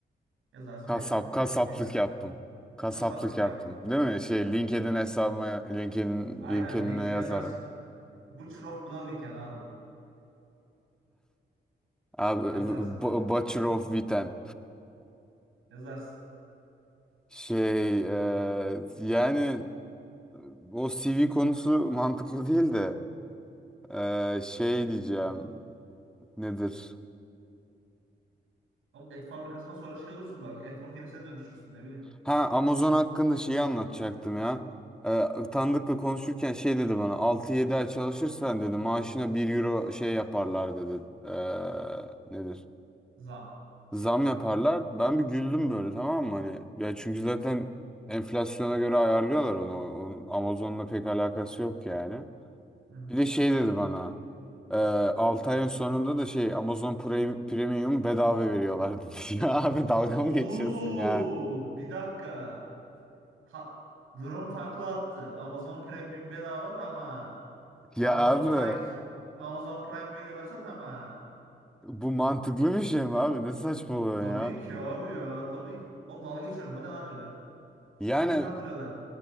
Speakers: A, on the right; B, in the centre.
A: Yazarsın
B: Kasap,
A: etim ben.
B: kasaplık
A: Geçersin.
B: yaptım. Kasaplık
A: Kasaplık
B: yaptım.
A: yaptım.
B: Değil mi? Şey
A: Evet.
B: LinkedIn hesabıma LinkedIn
A: Aynen
B: LinkedIn'e
A: LinkedIn'e
B: yazarım.
A: yazarsın. Butcher of Blaviken abi.
B: Abi
A: Yazarsın
B: b-
A: direkt.
B: butcher of Witten.
A: Yazarsın.
B: Şey eee, yani o CV konusu mantıklı değil de eee, şey diyeceğim nedir?
A: Oğlum et fabrikasına sonra şey olursun belki. Et makinesine dönüşürsün ne bileyim.
B: Ha Amazon hakkında şeyi anlatacaktım ya. Eee Tanıdıkla konuşurken şey dedi bana altı yedi ay çalışırsan dedi maaşına bir euro şey yaparlar dedi. Eee, nedir?
A: Zam.
B: Zam yaparlar. Ben bir güldüm böyle tamam mı? Hani ya çünkü zaten enflasyona göre ayarlıyorlar onu. Onun Amazon'la pek alakası yok yani.
A: Hı hı.
B: Bir de şey dedi bana. Ee, 6 ayın sonunda da şey Amazon Prime, Premium bedava veriyorlardı. <laughs> Ya abi dalga
A: Oğlum
B: mı geçiyorsun ya?
A: bir dakika. Ta- durum takla attı. Amazon Premium bedava tamam.
B: Ya
A: Amazon
B: abi
A: Prime Amazon Prime veriyorlarsa tamam.
B: bu mantıklı bir şey mi abi? Ne saçmalıyorsun
A: Tabii
B: ya?
A: ki abi ya. Tabii ki. Oğlum dalga geçiyorum. O ne lan öyle?
B: Yani
A: Kimi kandırıyorlar?